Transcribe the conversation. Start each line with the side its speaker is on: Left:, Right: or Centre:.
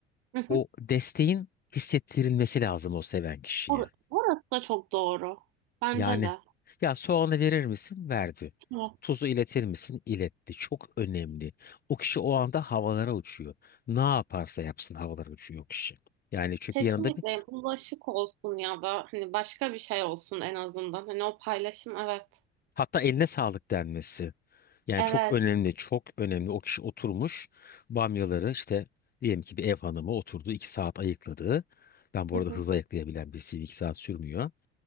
Right: hı hı.
Left: o desteğin hissettirilmesi lazım o seven kişiye.
Right: Bur- Burası da çok doğru. Bence
Left: Yani
Right: de.
Left: ya soğanı verir misin? Verdi.
Right: Evet.
Left: Tuzu iletir misin? İletti. Çok önemli. O kişi o anda havalara uçuyor. Ne yaparsa yapsın havalara uçuyor o kişi. Yani çünkü
Right: Kesinlikle
Left: yanında bir
Right: bulaşık olsun ya da hani başka bir şey olsun en azından. Hani o paylaşım evet.
Left: hatta eline sağlık denmesi. Yani
Right: Evet.
Left: çok önemli, çok önemli. O kişi oturmuş bamyaları işte diyelim ki bir ev hanımı oturdu. iki saat ayıkladı. Ben bu
Right: Hı hı.
Left: arada hızlı ayıklayabilen birisiyim. iki saat sürmüyor.